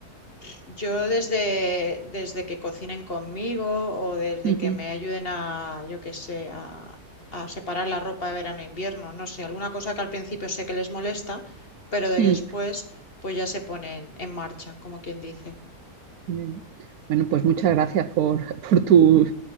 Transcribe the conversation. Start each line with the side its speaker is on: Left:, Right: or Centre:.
Left: pff, yo desde, desde que cocinen conmigo o desde
Right: Ujú,
Left: que me ayuden a, yo qué sé, a, a separar la ropa de verano e invierno, no sé, alguna cosa que al principio sé que les molesta, pero de
Right: ujú.
Left: después pues ya se ponen en marcha, como quien dice.
Right: Bien. Bueno, pues muchas gracias por, <laughs> por tus,